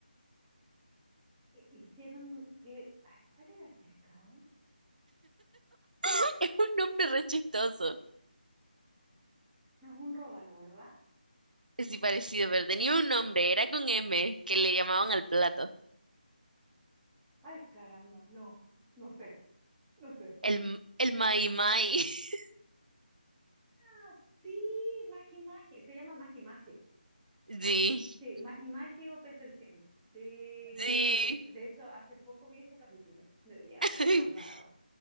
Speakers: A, in the centre; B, on the right (about 60°).
A: Hi- Hicieron. Le... Ay, ¿cuál era el pescado?
B: <laughs> Es un nombre re chistoso.
A: No es un róbalo, ¿verdad?
B: Sí, parecido, pero tenía un nombre, era con M, que le llamaban al plato.
A: Ay, caramba, no, no sé, no sé.
B: El, el Mai Mai. <laughs>
A: Ah, sí, Magi Magi, se llama Magi Magi.
B: Sí,
A: Sí, Magi Magi o Pez Delfín. Sí,
B: sí.
A: sí, de hecho, hace poco vi ese capítulo, debería haberme
B: <laughs>
A: acordado.